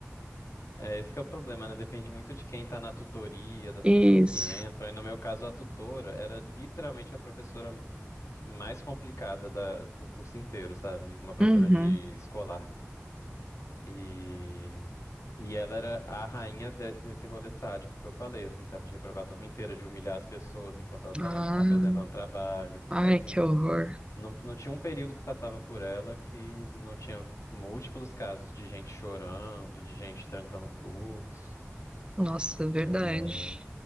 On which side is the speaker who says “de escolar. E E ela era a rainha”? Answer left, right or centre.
Left